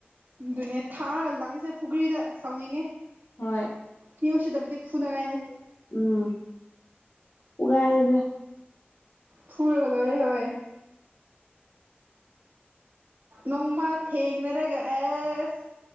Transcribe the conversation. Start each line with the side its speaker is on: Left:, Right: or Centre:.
Right: ꯑꯗꯨꯅꯦ ꯊꯥꯔꯒ ꯂꯪꯁꯦ ꯄꯨꯈ꯭ꯔꯤꯗ ꯁꯥꯎꯅꯤꯡꯉꯤ
Left: ꯍꯣꯏ
Right: ꯃꯤꯑꯣꯏꯁꯤꯗꯕꯨꯗꯤ ꯐꯨꯅꯉꯥꯏꯅꯤ
Left: ꯎꯝ ꯎꯒꯕꯦ
Right: ꯐꯨꯔꯒꯂꯔꯦ ꯍꯣꯏ ꯅꯣꯡꯃ ꯊꯦꯡꯅꯔꯒ ꯑꯦꯁ